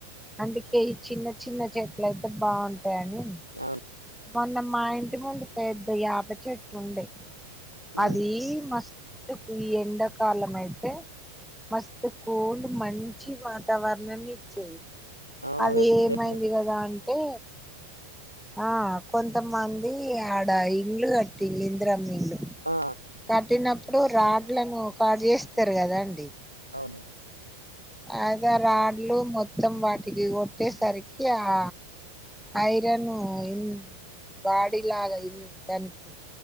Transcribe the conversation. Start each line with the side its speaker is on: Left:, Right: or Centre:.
Centre: అందుకే ఈ చిన్న చిన్న చెట్లు అయితే బాగుంటు అే అని
Right: అవును
Centre: మొన్న మా ఇంటి ముందు పెద్ద యాప చెట్టు ఉండే అది
Right: ఉమ్
Centre: మస్తుకు ఈ ఎండాకాలం అయితే మస్తు కోల్డ్ మంచి వాతావరణాన్ని ఇచ్చేది
Right: అవును
Centre: అది
Right: వేప
Centre: ఏమైంది
Right: చెట్లు
Centre: కదా అంటే ఆ కొంతమంది ఆడ ఇంలు కట్ ిలింద్రమిలు
Right: ఆ
Centre: కట్టినప్పుడు రాడ్లను కాట్ చేేస్తారు కదా అండి
Right: అవును
Centre: అదే రాడ్లు మొత్తం వాటికి కొట్టేసరికి ఆ ఐరన్ ఇన్ బాడీ లాగా ఇన్ దానికి